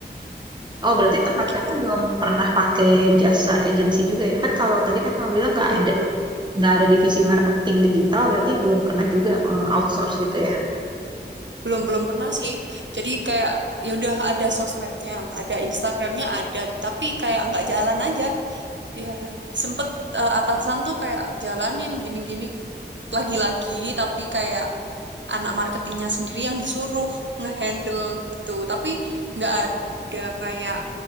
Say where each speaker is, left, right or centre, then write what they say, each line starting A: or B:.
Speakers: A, on the right; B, on the right.
A: Oh,
B: Oh,
A: berarti tempat
B: gitu.
A: kamu belum pernah pakai jasa agensi juga ya? Kan kalau tadi kan kamu bilang nggak
B: Belum
A: ada
B: belum
A: nggak ada divisi marketing digital, berarti belum pernah juga eh, outsource gitu ya?
B: belum belum pernah sih. Jadi kayak ya udah ada sosmednya, ada Instagramnya ada, tapi kayak nggak jalan aja. Ya sempet eh, atasan tuh kayak jalanin gini-gini lagi-lagi, tapi kayak anak marketingnya sendiri yang disuruh ngehandle gitu. Tapi nggak ada kayak